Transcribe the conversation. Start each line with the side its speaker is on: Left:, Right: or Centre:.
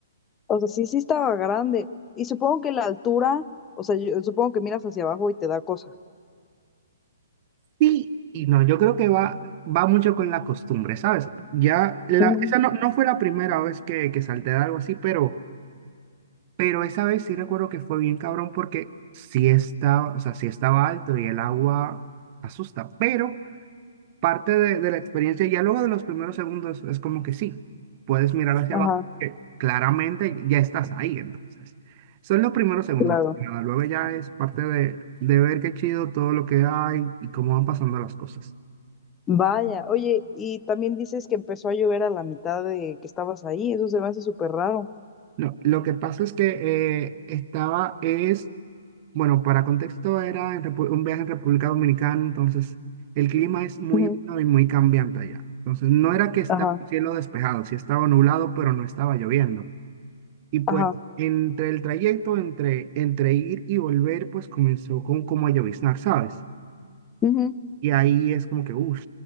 Left: O sea, sí, sí estaba grande. Y supongo que la altura, o sea, yo supongo que miras hacia abajo y te da cosa.
Right: Sí y no, yo creo que va, va mucho con la costumbre, ¿sabes? Ya, la,
Left: Ujú.
Right: esa no, no fue la primera vez que, que salté de algo así, pero... Pero esa vez sí recuerdo que fue bien cabrón porque sí estaba, o sea, sí estaba alto y el agua asusta, pero parte de, de la experiencia, ya luego de los primeros segundos, es como que sí, puedes mirar hacia
Left: Ajá,
Right: abajo porque claramente ya estás ahí, entonces. Son los primeros segundos,
Left: claro.
Right: más que nada, Luego ya es parte de, de ver qué chido todo lo que hay y cómo van pasando las cosas.
Left: Vaya. Oye, y también dices que empezó a llover a la mitad de que estabas ahí. Eso se me hace súper raro.
Right: No, lo que pasa es que eh, estaba, es, bueno, para contexto era en Repu- un viaje en República Dominicana, entonces el clima es muy
Left: Ujú.
Right: húmedo y muy cambiante allá. Entonces no era que estaba
Left: Ajá,
Right: el cielo despejado, sí estaba nublado, pero no estaba lloviendo. Y pues
Left: ajá.
Right: entre el trayecto, entre, entre ir y volver, pues comenzó con, como a lloviznar, ¿sabes?
Left: Ujú.
Right: Y ahí es como que, uff,